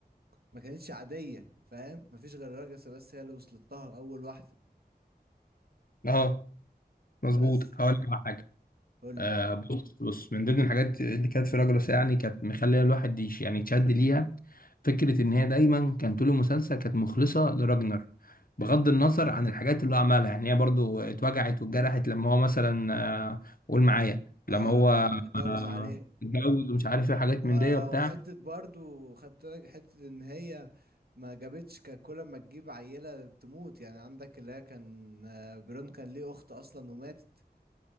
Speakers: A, on the right; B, on the left.
A: ما كانتش عادية فاهم مفيش غير راجسة بس هي اللي وصلت لها اول واحدة
B: أه مظبوط
A: بس
B: هقول لك على حاجة
A: قولي
B: آه بص بص من ضمن الحاجات اللي كانت في راجلوس يعني كانت مخليه الواحد يش يعني يتشد ليها فكرة إن هي دايما كان طول المسلسل كانت مخلصة لراجنر بغض النظر عن الحاجات اللي هو عملها يعني هي برضو اتوجعت واتجرحت لما هو مثلا آه قول معايا لما
A: اه
B: هو
A: لما اتجوز
B: آه
A: عليها
B: اتجوز ومش عارف ايه حاجات
A: و-
B: من دي وبتاع
A: وحتة برضو خدت لك حتة ان هي ما جابتش كان كل ما تجيب عيلة تموت يعني عندك اللي هي كان آه، برون كان ليه اخت اصلا وماتت